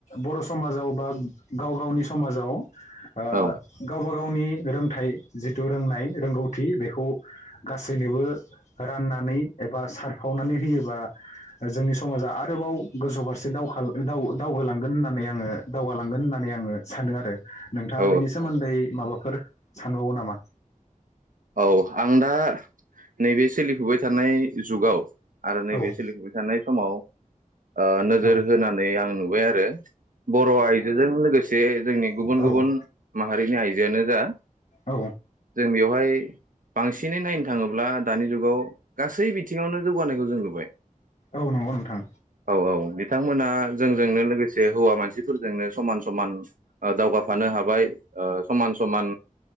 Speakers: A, on the left (about 55°); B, on the right (about 75°).
A: बर' स समाजाव बा गाव गावनि स समाजाव ओ
B: औ
A: गावबा गावनि रोंथाइ जिथु रोंनाय रोंगौथि बेखौ गासैनोबो राननानै एबा सारफावनानै होयोबा जोंनि समाजा आरोबाव गोजौ फारसे दावखा गावगालांगोन होननानै आङो दावगालांगोन होननानै आङो सानो आरो नोंथाङा
B: औ
A: बेनि सोमोन्दै माबा फोर सानबावो नामा
B: औ आं दा नैबे सोलिफुबाय थानाय जुगाव आरो
A: औ
B: नैबे सोलिफुबाय थानाय समाव ओ नोजोर
A: औ
B: होनानै आं नुबाय आ रो बर' आइजोजों लोगोसे जोंनि गुबुन
A: औ
B: गुबुन माहारिनि आइजोआनो जा
A: औ
B: जों बेयाव बहाय बांसिनै नायनो थाङोब्ला दानि जुगाव गासै बिथिङावनो जौगानायखौ जों नुबाय
A: औ नंगौ नोंथां
B: औ औ बिथांमोना जोंजोंनो लोगोसे हौवा मानसिफोरजोंनो समान समान ओ दावगाफानो हाबाय ओ समान समान